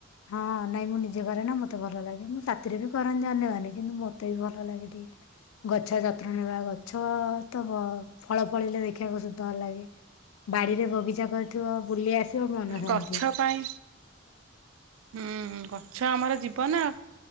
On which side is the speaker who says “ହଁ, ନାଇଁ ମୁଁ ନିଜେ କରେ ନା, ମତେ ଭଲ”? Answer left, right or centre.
Left